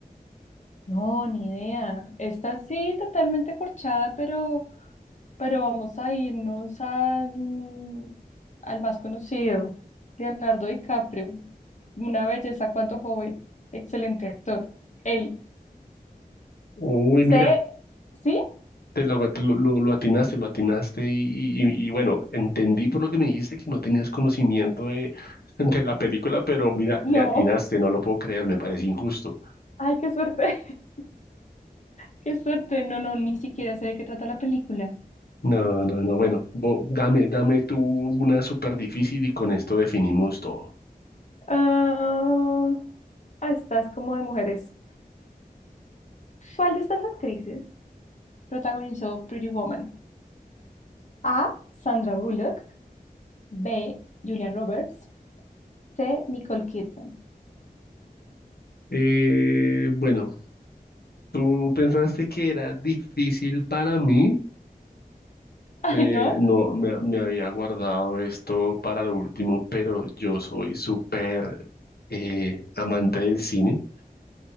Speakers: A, on the left; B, on the left.
A: no, ni idea. está sí, totalmente corchada, pero, pero vamos a irnos al, al más conocido, Leonardo DiCaprio. Una belleza, cuanto joven. Excelente actor. Él.
B: Uy,
A: ¿Sé?
B: mira,
A: ¿Sí?
B: te lo, te lo- lo- lo atinaste, lo atinaste. Y, y- y- y bueno, entendí por lo que me dijiste que no tenías conocimiento de, <laughs> de la película, pero mira,
A: No.
B: le atinaste, no lo puedo creer, me parece injusto.
A: Ay, qué suerte. <laughs> Qué suerte. No, no, ni siquiera sé de qué trata la película.
B: No, no, no. Bueno, bo- dame, dame tú una súper difícil y con esto definimos todo.
A: Ah, ah, estás como de mujeres. ¿Cuál de estas actrices protagonizó Pretty Woman? A. Sandra Bullock. B. Julia Roberts. C. Nicole Kidman.
B: Eh, bueno, tú pensaste que era difícil para mí.
A: <laughs> Ay,
B: Eh,
A: no.
B: no, me, me había guardado esto para lo último, pero yo soy súper eh, amante del cine.